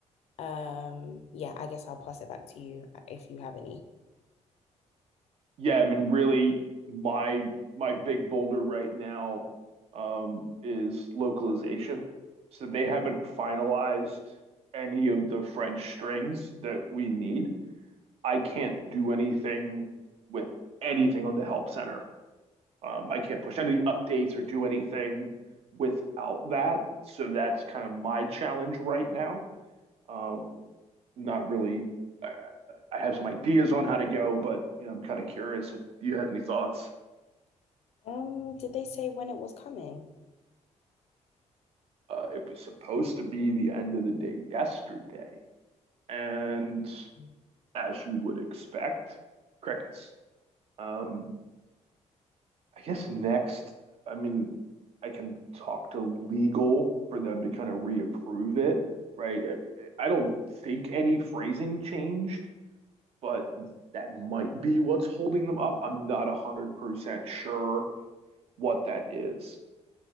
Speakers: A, on the left (about 60°); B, on the right (about 55°).
A: Um, yeah, I guess I'll pass it back to you uh, if you have any.
B: Yeah, I mean, really, my my big boulder right now um, is localization. So they haven't finalized any of the French strings that we need. I can't do anything with anything on the help center. Um, I can't push any updates or do anything without that. So that's kind of my challenge right now. Um, not really. Uh, I have some ideas on how to go, but you know, I'm kind of curious if you had any thoughts.
A: Um, did they say when it was coming?
B: Uh, it was supposed to be the end of the day yesterday, and
A: Mm.
B: as you would expect, crickets. Um, I guess next, I mean, I can talk to legal for them to kind of reapprove it, right? I, I don't think any phrasing changed, but that might be what's holding them up. I'm not 100% sure what that is.